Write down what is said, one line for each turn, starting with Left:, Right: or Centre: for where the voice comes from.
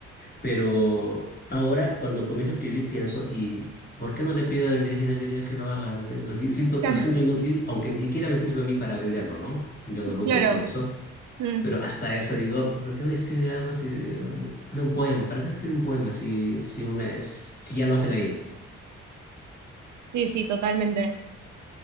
Left: Pero ahora cuando comienzo a escribir pienso, ¿y por qué no le pido a la inteligencia artificial que lo haga? No sé, lo si- siento,
Right: claro,
Left: lo siento inútil, aunque ni siquiera me sirve a mí para venderlo, ¿no? Yo no lucro
Right: claro.
Left: con eso.
Right: mm,
Left: Pero hasta eso digo, ¿por qué voy a escribir algo si... O sea, un poema, ¿para qué escribir un poema si, si, una, si ya lo hace la IA?
Right: sí, sí, totalmente.